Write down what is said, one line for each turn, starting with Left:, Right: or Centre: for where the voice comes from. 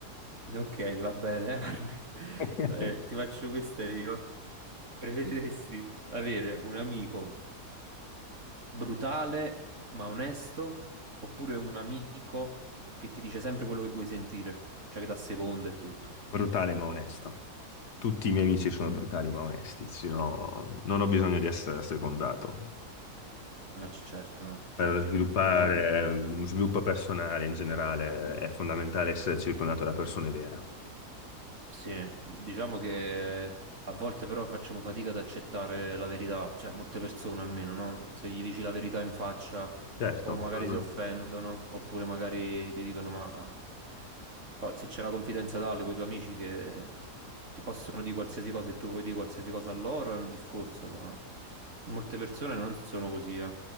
Right: Ok, va bene, <laughs> Armi.
Left: <laughs>
Right: Eh, ti faccio questa io. Preferiresti avere un amico brutale ma onesto oppure un amico che ti dice sempre quello che vuoi sentire, cioè che dà seconda e tutto?
Left: Brutale ma onesto. Tutti i miei amici sono brutali ma onesti, sennò non ho bisogno di essere secondato.
Right: Ma certo,
Left: Per sviluppare
Right: no.
Left: uno sviluppo personale in generale è fondamentale essere circondato da persone vere.
Right: Sì, diciamo che a volte però facciamo fatica ad accettare la verità, cioè molte persone almeno, no? Se gli dici la verità in faccia
Left: Certo,
Right: o magari
Left: sono-
Right: si offendono, oppure magari ti dicono ma pa- se c'è una confidenza tale con i tuoi amici che ti possono dire qualsiasi cosa e tu puoi dire qualsiasi cosa a loro è un discorso, ma molte persone non sono così, eh.